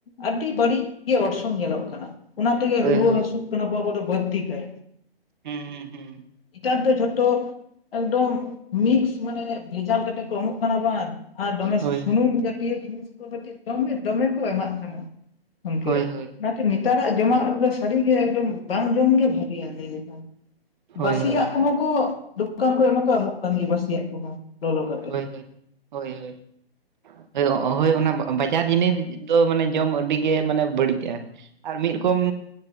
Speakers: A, on the left; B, on the right.
A: ᱟᱹᱰᱤ ᱵᱟᱹᱲᱤᱡ ᱜᱮ ᱚᱨᱥᱚᱝ ᱧᱮᱞᱚᱜ ᱠᱟᱱᱟ᱾ ᱚᱱᱟ ᱛᱮᱜᱮ
B: ᱦᱳᱭ
A: ᱨᱩᱣᱟᱹ
B: ᱦᱳᱭ
A: ᱦᱟᱹᱥᱩᱜ ᱠᱟᱱᱟᱵᱚ ᱟᱵᱚ ᱫᱚ ᱵᱟᱹᱲᱛᱤ ᱠᱟᱭ
B: ᱦᱩᱸ ᱦᱩᱸ ᱦᱩᱸ
A: ᱱᱮᱛᱟᱨ ᱫᱚ ᱡᱷᱚᱛᱚ ᱮᱠᱫᱚᱢ ᱢᱤᱠᱥ ᱢᱟᱱᱮ ᱵᱷᱮᱡᱟᱞ ᱠᱟᱛᱮ ᱠᱚ ᱮᱢᱚᱜ ᱠᱟᱱᱟ ᱵᱟᱝ ᱟᱨ ᱫᱚᱢᱮ
B: ᱦᱳᱭ
A: ᱥᱩᱱᱩᱢ ᱡᱟᱹᱛᱤᱭᱚ ᱡᱤᱱᱤᱥ ᱠᱟᱹᱴᱤᱡᱽ ᱫᱚᱢᱮ ᱫᱚᱢᱮ ᱠᱚ ᱮᱢᱟᱜ ᱠᱟᱱᱟ ᱜᱚᱝᱠᱮ
B: ᱦᱳᱭ ᱦᱳᱭ
A: ᱚᱱᱟᱛᱮ ᱱᱮᱛᱟᱨᱟᱜ ᱡᱚᱢᱟᱜ ᱥᱟᱹᱨᱤᱜᱮ ᱮᱠᱫᱚᱢ ᱵᱟᱝ ᱡᱚᱢ ᱜᱮ ᱵᱷᱟᱹᱜᱤᱭᱟ ᱞᱟᱭ ᱞᱮᱠᱷᱟᱱ
B: ᱦᱳᱭ
A: ᱵᱟᱹᱥᱤᱭᱟᱜ
B: ᱦᱳᱭ
A: ᱠᱚᱦᱚᱸ ᱠᱚ ᱫᱚᱠᱟᱱ ᱠᱚᱨᱮ ᱢᱟᱠᱚ ᱮᱢᱚᱜ ᱠᱟᱱ ᱜᱮᱭᱟ ᱵᱟᱹᱥᱤᱭᱟᱜ ᱠᱚᱦᱚᱸ ᱞᱚᱞᱚ ᱠᱟᱛᱮᱫ
B: ᱦᱳᱭ ᱦᱳᱭ ᱦᱳᱭ ᱦᱳᱭ ᱦᱳᱭ ᱦᱳᱭ ᱚᱱᱟ ᱵᱟᱡᱟᱨ ᱡᱤᱱᱤᱥ ᱫᱚ ᱢᱟᱱᱮ ᱡᱚᱢ ᱟᱹᱰᱤ ᱜᱮ ᱢᱟᱱᱮ ᱵᱟᱹᱲᱤᱡᱽᱼᱟ᱾ ᱟᱨ ᱢᱤᱫ ᱨᱚᱠᱚᱢ